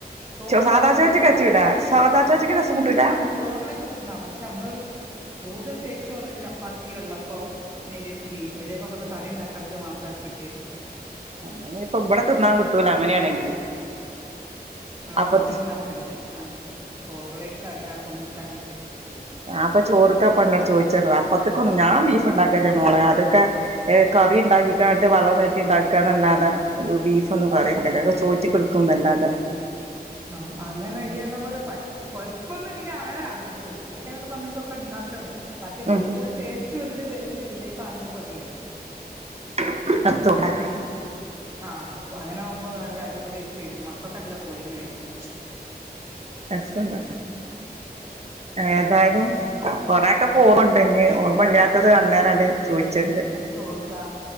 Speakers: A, on the right (about 20°); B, on the right (about 40°).
A: ചോറിന
B: സാദാ
A: അനെക്കാട്ടും
B: ചോറ്റ്ക്ക്
A: ടേസ്റ്റ്
B: പറ്റൂല
A: ആഹ്
B: സാദാ ചോറ്റ്ക്ക് രസം
A: തിന്ന
B: കിട്ടൂല
A: ചോറിലൊക്കെ തിന്ന പക്ഷെ നമ്മള് കൂടുതൽ ടേസ്റ്റ് വന്നല് ചപ്പാത്തി വെള്ളപ്പം നേയര്ത്തിരി അതിലേക്കൊക്കെ ഒന്ന് കറി ഉണ്ടാക്കാത്തത് മാത്രമാക്കിയിട്ട്
B: ആഹ് ഇപ്പൊ ഇവിടെ തിന്നാൻ കിട്ടൂലോ അങ്ങനെയാണെങ്കില്
A: ആഹ്
B: അപ്പ
A: അങ്ങനെ ഉണ്ടാക്കണ്ടേ ചോറിലേക്ക് അങ്ങനെ ആക്കുമ്പങ്ങനെടേസ്റ്റ്
B: അപ്പൊ ചോറ്ക്കാപ്പ എന്നോട് ചോദിച്ചിര അപ്പത്തക്കൊന്ന് ഞാ ഉണ്ടാക്കല്ലേ മോളെ അതൊക്കെ കറി ഉണ്ടാ‌ക്കി വെള്ളം നീട്ടി ഉണ്ടാക്കാനല്ലാതെ ബീഫ് ഒന്നും കറിവെക്കില്ല ഒക്കെ ചോയിച്ചിട്ട് അടുക്കുന്നലത്തെ
A: ആഹ് അങ്ങനെയുന്ന പോലെ പ കൊഴപ്പൊന്നുംല്ല അങ്ങനെ ചോട്ടിലേ <unintelligible> ഉണ്ടാക്കണ് പക്ഷെ കൂടുതൽ
B: ഉം
A: ടേസ്റ്റ് ഒരിത് വരിൽ ഇതിലേക്കാണെന്ന് പറയേ
B: <inaudible>
A: ആഹ് അപ്പൊ അങ്ങനെ ആകുമ്പോ നല്ല അടിപൊളി ആയിട്ട് മക്കൾക്കല്ല പോളിങ്ങ ആയിരിക്ക
B: രസണ്ട ഏതായാലും കൊറക്കെ ഓർമുണ്ട് ഇഞ് ഓർമ്മ ഇല്ലാത്തത് അന്നേരം അത് ചോദിച്ചിത്
A: ചോറ് താ